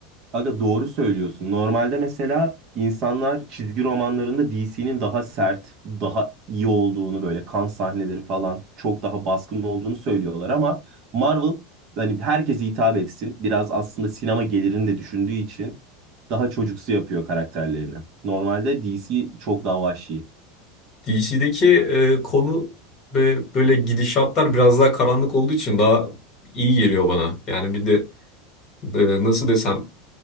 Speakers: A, on the right; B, on the left.
A: Aga doğru söylüyorsun. Normalde mesela insanlar çizgi romanlarında DC'nin daha sert, daha iyi olduğunu böyle kan sahneleri falan çok daha baskın olduğunu söylüyorlar ama Marvel hani herkese hitap etsin. Biraz aslında sinema gelirini de düşündüğü için daha çocuksu yapıyor karakterlerini. Normalde DC çok daha vahşi.
B: DC'deki e, konu ve böyle gidişatlar biraz daha karanlık olduğu için daha iyi geliyor bana. Yani bir de e, nasıl desem